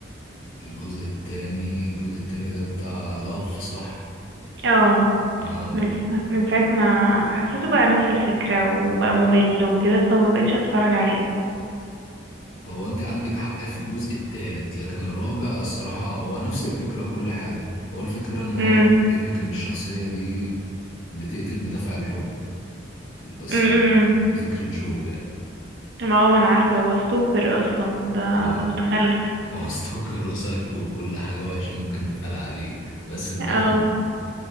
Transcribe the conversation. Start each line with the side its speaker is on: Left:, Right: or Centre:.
Left: الجزء التاني الجزء التاني ده بتاع لاف صح
Right: اه
Left: اه
Right: بس من ساعة ما حسيته بقى نفس الفكرة وبقى ممل وكده فما بقتش اتفرج عليه
Left: هو انت عندك حق في الجزء التالت لكن الرابع الصراحة هو نفس الفكرة كل حاجة هو الفكرة ان هو
Right: امم
Left: بيقول لك ان الشخصية دي بتقتل بدافع الحب بس
Right: امم
Left: دي فكرة جو يعني
Right: ما هو ما انا عارفة هو ستوكر اصلا ده
Left: اه
Right: ده متخلف
Left: <laughs> هو ستوكر وسايكو وكل حاجة وحشة ممكن تتقال عليه بس بدافع
Right: اه
Left: الحب.